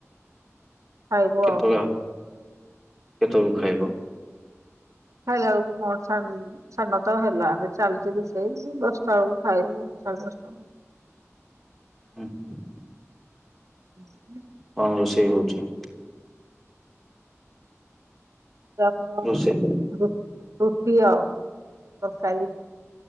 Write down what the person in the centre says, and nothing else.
କେତେଳେ
ହ କେତବେଳ କୁ ଖାଇବ?
ହୁଁ ହଁ।
କଣ ରୋଷେଇ ହଉଛି?
ରୋଷେଇ